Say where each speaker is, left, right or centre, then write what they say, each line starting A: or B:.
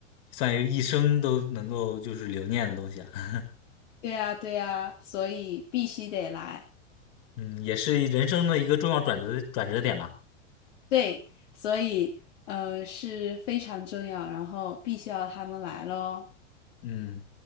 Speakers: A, on the left; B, on the left.
A: 算是一生都能够就是留念的东西啊。<laughs>
B: 对呀，对呀，所以必须得来。
A: 嗯，也是人生的一个重要转折转折点吧。
B: 对，所以呃是非常重要，然后必须要他们来咯。
A: 嗯。